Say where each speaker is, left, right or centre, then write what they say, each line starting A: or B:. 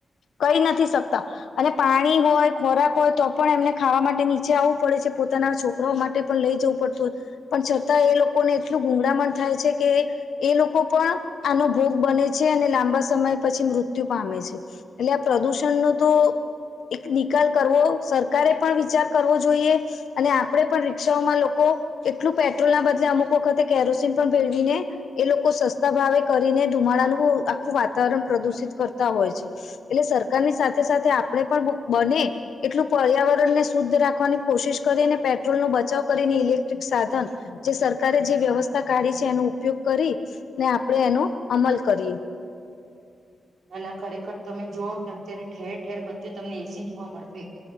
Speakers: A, on the left; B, on the right.
A: કઈ નથી શકતા અને પાણી હોય ખોરાક હોય તો પણ એમને ખાવા માટે નીચે આવવું પડે છે પોતે પોતાના છોકરાઓ માટે પણ લઈ જવું પડતું હો પણ છતાં એ લોકોને એટલું ગૂગળામણ થાય છે કે એ લોકો પણ આનો ભોગ બને છે અને લાંબા સમય પછી મૃત્યુ પામે છે એટલે આ પ્રદૂષણ નો તો એક નિકાલ કરવો સરકારે પણ વિચાર કરવો જોઈએ અને આપણે પણ રિક્ષાઓમાં લોકો એટલું પેટ્રોલના બદલે અમુક વખતે કેરોસીન પણ ભેળવીને એ લોકો સસ્તા ભાવે કરીને ધુમાડાનું આખું વાતાવરણ પ્રદુષિત કરતા હોય છે એટલે સરકારની સાથે સાથે આપણે પણ બને એટલું પર્યાવરણ ને શુદ્ધ રાખવાની કોશિશ કરીને પેટ્રોલ નો બચાવ કરીને ઇલેક્ટ્રિક સાધન જે સરકારે જે વ્યવસ્થા કાઢી છે એનો ઉપયોગ કરી ને આપડે એનો અમલ કરીએ
B: અનેના ખરેખર તમે જુઓ કે અત્યારે ઠેર ઠેર બધ્ચે તમને એસી જોવા મળશે